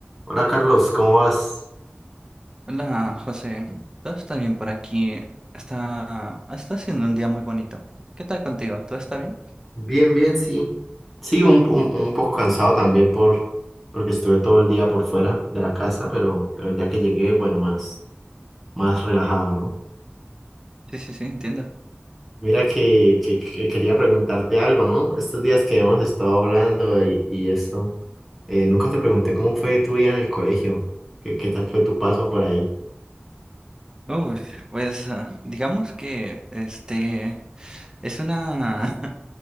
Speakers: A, in the centre; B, on the right.
A: Hola Carlos, ¿cómo vas?
B: Hola, José. ¿Todo está bien por aquí? Está, está siendo un día muy bonito. ¿Qué tal contigo? ¿Todo está bien?
A: Bien, bien, sí. Sí, un, un, un poco cansado también por, porque estuve todo el día por fuera de la casa, pero, pero ya que llegué, bueno, más, más relajado, ¿no?
B: Sí, sí, sí, entiendo.
A: Mira que, que, que quería preguntarte algo, ¿no? Estos días que hemos estado hablando y, y eso, eh, nunca te pregunté cómo fue tu vida en el colegio, qué, qué tal fue tu paso por ahí.
B: Uy, pues ah, digamos que este es una <laughs>